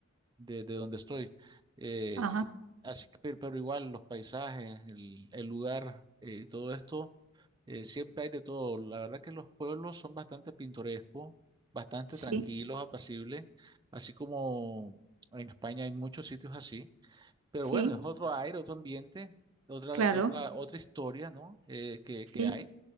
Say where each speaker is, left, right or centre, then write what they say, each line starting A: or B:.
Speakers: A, on the right; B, on the right.
A: de, de donde estoy. Eh,
B: Ajá,
A: así que, pero, pero igual, los paisajes, el, el lugar eh, y todo esto, eh, siempre hay de todo. La verdad que los pueblos son bastante pintorescos, bastante
B: sí,
A: tranquilos, apacibles, así como en España hay muchos sitios así. Pero
B: sí,
A: bueno, es otro aire, otro ambiente, otra,
B: claro,
A: otra, otra historia, ¿no? Eh, que, que
B: sí.
A: hay,